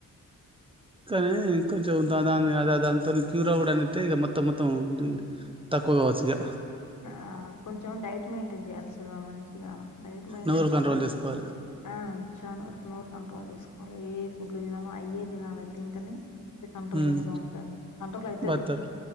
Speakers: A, on the right (about 15°); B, on the left (about 65°).
A: కానీ కొంచెం దాన్ దాని అద్ అద్ దానితోని క్యూరా ఉఊడ్ అంటే ఇగ మొత్తం మొత్తం తక్కువగావచ్చు ఇగ
B: ఆ కొంచెం డైట్ మెయింటైన్ జయల్సిందిగ మంచ్ ఇగా డైట్ మెయింటైన్
A: నోరు
B: చేస్తే,
A: కంట్రోల్ చేసుకోవాలి
B: ఆ చాలా వరకు నోరు కంట్రోల్ చేసుకు మళ్ళా ఏ ఫుడ్లు తినాలో అయ్యే తినాలే తింటనే అది కంట్రోలింగ్
A: ఉమ్
B: లో ఉంటది కంట్రోల్ అయితాది,
A: బత్తర్